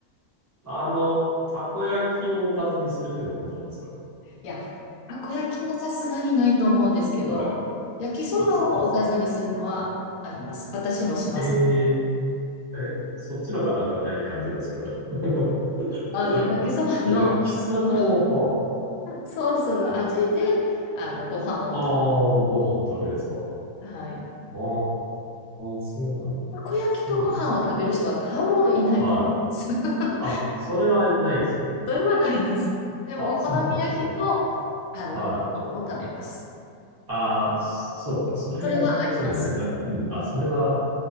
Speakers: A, on the right; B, on the left.
A: あの、たこ焼きをおかずにするっていうのは本当なんですか
B: いや、たこ焼きはさすがにないと思うんですけど、
A: はい。
B: 焼きそばをおかずにするのはあります。
A: あ、そうなんですか。
B: 私もします。
A: ええ、え、そっちのがなんかない感じなんですけど。<laughs>
B: あの、焼きそばの、
A: 焼きそばを、
B: そのソースの味で、あの、ご飯を食
A: はあ、ああ、ご飯を食べるんですか。あ
B: べ、はい。
A: あ、そうなんだ。
B: たこ焼きとご飯を食べる人は多分いないと
A: そうなんですね。はい。
B: 思います。
A: あ、それはないですね。
B: <laughs> それはないです。でも、
A: あ、
B: お好み焼きと、
A: そうなんですね。
B: あの、
A: はい。
B: ご飯を食べます。
A: ああ、そそうか。それは、
B: それはあります。
A: そうですよね。な、うん。あ、それは、